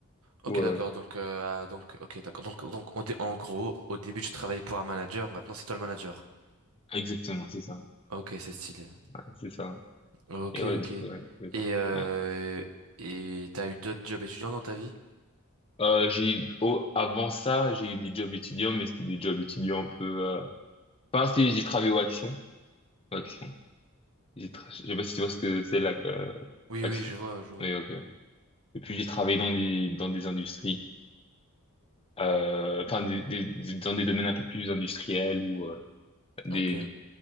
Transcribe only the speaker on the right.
Ok,
d'accord. Donc, euh, ah, donc, ok, d'accord. Donc, donc on dé- en gros, au début, tu travaillais pour un manager, maintenant c'est toi le manager.
Ok, c'est stylé.
Ok,
ok.
Et,
euh,
et t'as eu d'autres jobs étudiants dans ta vie?
Oui,
oui, je vois, je vois.
Ok.